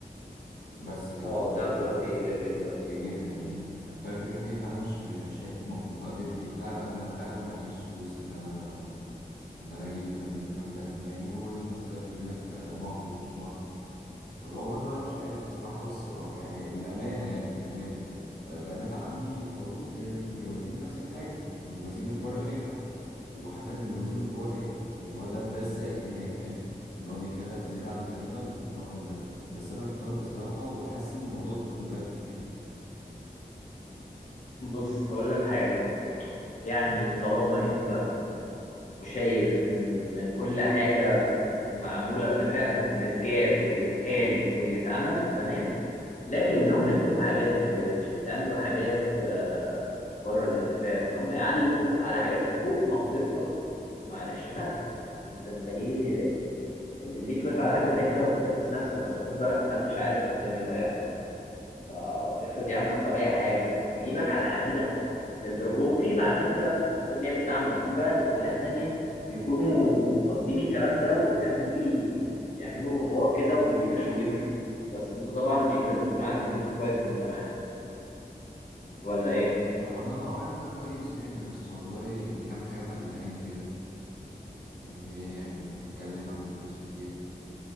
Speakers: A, on the left (about 80°); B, on the left (about 45°).
A: بس كده
B: اه
A: خلاص
B: الدهب دلوقتي غالي جدا الصراحه
A: ج- جدا يعني فاهم الفكره في ايه فانا مش مش حته مق- مقدرتي وبتاع على قد ما انا فعلا معيش فلوس ان انا ان انا اجيب ال 80 جرام ذهب يعني هما برضو في نفس الوقت بيقول لك آه، ده مهر ومش مهر فاللي هو برضو انا مش عارف بصراحه بس آه، يعني للامانه يعني للامانه آه، بنات عمي برضو
B: مم.
A: متجوزين بنفس الحاجه متجوزين من بره العيله حتى وحتى اللي متجوزين من جوه العيله يعني هو ده ده السائد هناك فاهم ان هو بيتكتب زياده عن القايمه الرقم ده بس انا محتار بصراحه وحاسس ان الموضوع ضد مبادئي فاهم
B: بص هقول لك حاجه يعني طالما انت شايف ان كل حاجة معمولة بفعلا اللي اتجاب واللي اتقال واللي اتعمل تمام لكن ان هم يكتبوا حاجات ما اتجابتش ويتعملوا حاجات آه، بره الاتفاق وان هم يعلوا على حاجات فوق مقدرتك معلش لا انت انت ليه ليه توافق على حاجة زي كده وتدبس نفسك اصل خد بالك محدش عارف قدام ايه اللي هيحصل آه، افرض يا عم حصل اي حاجه تجيبك على الحديده للدرجه وفي بقى على فكره بس ان هي بنت عمك في بقى بنات تانية بيكونوا قاصدين الكلام ده وقدام يجي يعملوا حوار كده ويقفشوا ويمشوا بس انت طبعا يعني لازم تكون عارف البنت كويس اللي انت معاها ولا ايه
A: هو انا اه عارفها كويس يعني بس والله في كام حاجه مقلقاني كده ان هي يعني بتتكلم عن الفلوس كتير